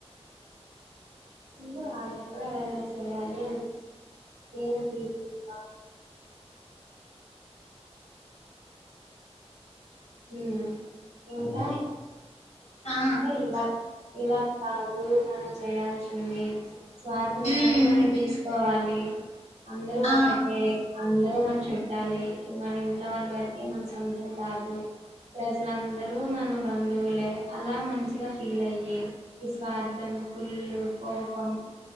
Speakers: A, on the right; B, on the left.
A: వాళ్ళకి కూడా అవార్నెస్ ఇవాళి అనిపించింది ఏమి <inaudible> హ్మ్ ఇంక
B: ఆ
A: అంటే ఇలా ఇలా కాదు మనం చేయాల్సింది స్వార్థం అనేది
B: ఉమ్
A: మనం తీసుకోవాలి డి అందరూ
B: ఆ
A: ఒక్కటే అందర మన చుట్టాలే మన ఇంట్లో వాళ్ళ వరకే మన సొంతం కాదు ప్రజలందరూ మన బంధువులే అలా మంచిగా ఫీల్ అయ్యి ఈ స్వార్థం కుళ్ళు కోపం